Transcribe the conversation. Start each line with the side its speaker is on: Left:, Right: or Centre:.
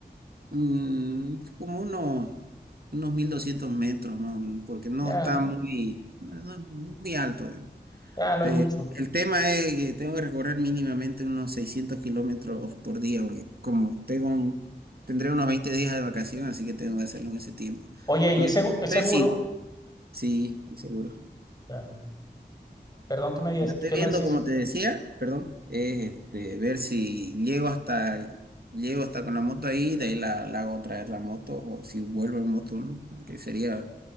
Right: mm, como unos, unos 1200 metros más o menos, porque no
Left: Ya,
Right: está muy, no, no- no muy alto.
Left: ya no
Right: Eh,
Left: es mucho.
Right: el tema es que tengo que recorrer mínimamente unos 600 kilómetros por día, porque como tengo un- tendré unos 20 días de vacación, así que tengo que hacerlo en ese tiempo.
Left: Oye, y
Right: Lo
Left: es,
Right: que estoy
Left: segu-
Right: viendo
Left: es seguro.
Right: es si, sí, seguro.
Left: Ya. Perdón, ¿qué me dices?
Right: Lo que estoy
Left: ¿Qué
Right: viendo,
Left: me decís?
Right: como te decía, perdón, es este, ver si llego hasta, llego hasta con la moto ahí, de ahí la, la hago traer la moto, o si vuelvo en moto, ¿no? Que sería